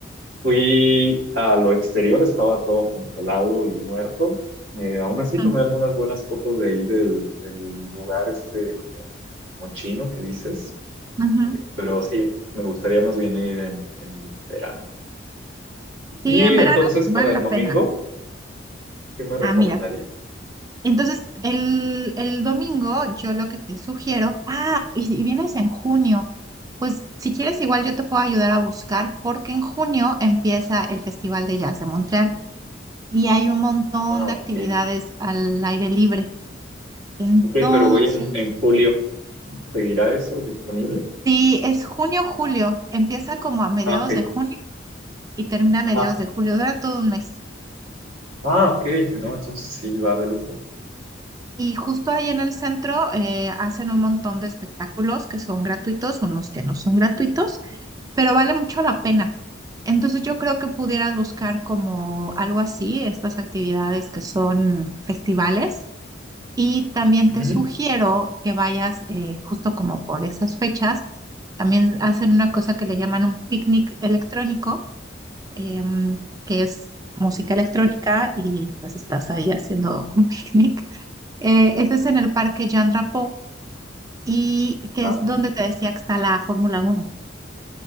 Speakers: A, on the right; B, on the right.
A: fui a lo exterior, estaba todo congelado y muerto. Eh, aún así
B: Mm,
A: tomé algunas buenas fotos de ahí del, del lugar este como, como chino que dices,
B: ujú.
A: pero sí, me gustaría más bien ir en, en verano. Y
B: Y en
A: entonces
B: verano vale
A: para el
B: la
A: domingo,
B: pena.
A: ¿qué me recomendarías?
B: Ah, mira. Entonces, el, el domingo yo lo que te sugiero, ah, y si vienes en junio, pues si quieres igual yo te puedo ayudar a buscar porque en junio empieza el Festival de Jazz de Montreal y hay un montón
A: Ah,
B: de
A: ok.
B: actividades al aire libre. Entonces,
A: Ok, pero voy en, en julio. ¿Seguirá eso disponible?
B: si es junio, julio, empieza como a mediados
A: Ah, ok.
B: de junio y termina a mediados
A: Ajá.
B: de julio, dura todo un mes.
A: Ah, ok. No, entonces sí, va de lujo.
B: Y justo ahí en el centro eh, hacen un montón de espectáculos que son gratuitos, unos que no son gratuitos. pero vale mucho la pena. Entonces yo creo que pudieras buscar como algo así, estas actividades que son festivales. Y también
A: Ujú.
B: te sugiero que vayas eh, justo como por esas fechas. También hacen una cosa que le llaman un picnic electrónico, em, que es música
A: Ok.
B: electrónica y pues estás ahí haciendo un <laughs> picnic. Eh, ese es en el Parque Jean Drapeau y que
A: Ah,
B: es donde te decía que está la Fórmula Uno